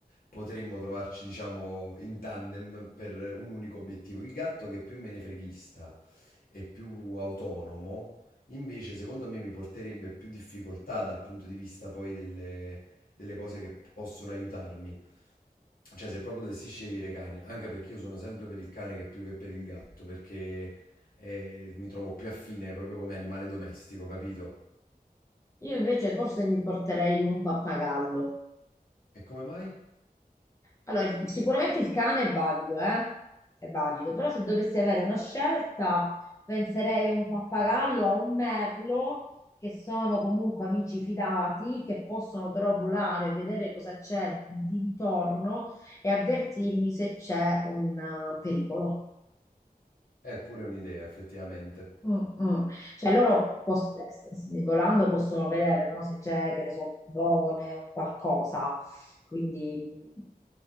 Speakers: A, on the left; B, on the left.
A: potremmo trovarci, diciamo, in tandem per un unico obiettivo. Il gatto che è più menefreghista e più autonomo, invece, secondo me mi porterebbe più difficoltà dal punto di vista poi delle, delle cose che possono aiutarmi. Cioè, se proprio dovessi scegliere cane, anche perché io sono sempre per il cane che più che per il gatto, perché eh, mi trovo più affine proprio come animale domestico, capito?
B: Io invece forse mi porterei un pappagallo.
A: E come mai?
B: Allora, il- sicuramente il cane è valido, eh? È valido, però se dovessi avere una scelta, penserei a un pappagallo, a un merlo, che sono comunque amici fidati, che possono però volare, vedere cosa c'è d'intorno e avvertirmi se c'è un eh, pericolo.
A: È pure un'idea, effettivamente.
B: Mm, mm. Cioè loro pos- s- s- volando possono vedere, no? Se c'è, che ne so, un burrone, un qualcosa. Quindi mm,